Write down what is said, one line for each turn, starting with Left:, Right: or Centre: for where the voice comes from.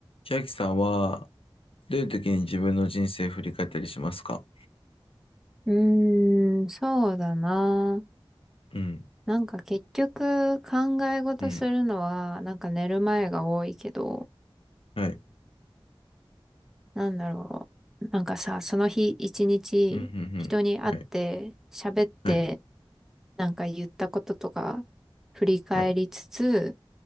Left: 千秋さんは、どういう時に自分の人生振り返ったりしますか
Centre: うーん、そうだな。
Left: うん、
Centre: なんか結局考え事するのはなんか寝る前が多いけど、
Left: うん、はい、
Centre: なんだろう。なんかさ、その日一日人に会って喋って
Left: うん、うん、うん、はい、はい、
Centre: なんか言ったこととか振り返りつつ、
Left: はい、